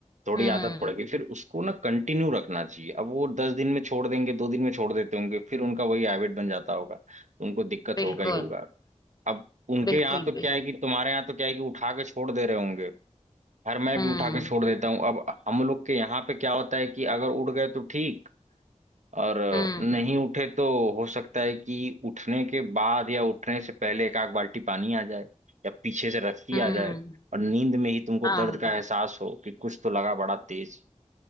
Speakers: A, on the right (about 75°); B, on the left (about 30°).
A: थोड़ी
B: हम्म
A: आदत पड़ गई फिर उसको ना कंटिन्यू रखना चाहिए अब वो दस दिन में छोड़ देंगे दो दिन में छोड़ देते होंगे फिर उनका वही हैबिट बन जाता होगा तो उनको दिक्कत
B: बिल्कुल
A: होगा ही होगा अब उनके
B: बिल्कुल
A: यहाँ तो
B: बिल्कुल
A: क्या है कि तुम्हारे यहाँ तो क्या है कि उठा के छोड़ दे रहे होंगे खैर मैं
B: हम्म
A: भी उठा के छोड़ देता हूँ अब हम लोग के यहाँ पे क्या होता है कि अगर उठ गए तो ठीक और
B: हम्म
A: नहीं उठे तो हो सकता है कि उठने के बाद या उठने से पहले एक आध बाल्टी पानी आ जाए या पीछे से रस्सी
B: हम्म
A: आ जाए और नींद में ही तुमको
B: हाँ
A: दर्द का एहसास हो कि कुछ तो लगा बड़ा तेज